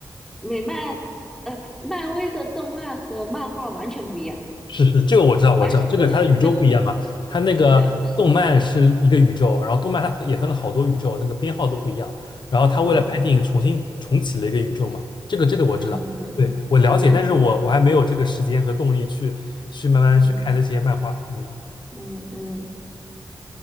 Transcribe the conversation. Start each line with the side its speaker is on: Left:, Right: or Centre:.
Centre: 美漫，呃，漫威的动漫和漫画完全不一样，
Left: 是是，这个我知道，我知道，
Centre: 完全
Left: 这个它的宇宙不一样嘛，
Centre: <laughs>
Left: 它那个动漫是一个宇宙，
Centre: 对，
Left: 然后动漫它也分了好多宇宙，那个编号都不一样，然后他为了拍电影重新重启了一个宇宙嘛，
Centre: 嗯
Left: 这个这个我知道，
Centre: 嗯嗯
Left: 对，我了解，
Centre: 嗯
Left: 但是我我还没有这个时间和动力去去慢慢去看那些漫画。
Centre: 嗯
Left: 嗯
Centre: 嗯嗯，